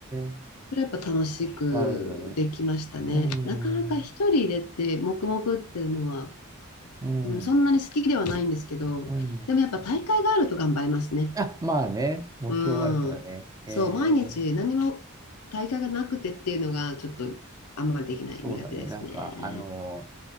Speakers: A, on the right; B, on the left.
A: え
B: それはやっぱ楽しくできましたね。
A: なるほどね。うん、
B: なかなか一人でって、黙々っていうのは、
A: うん、
B: うん、そんなに好きではないんですけど、
A: うん。
B: でもやっぱ大会があると頑張れますね。
A: あ、まあね、目標はあるからね。
B: うん。
A: ええ、
B: そう、毎日何も大会がなくてっていうのがちょっとあんまりできない苦手ですね。
A: そうだね。なんか、あの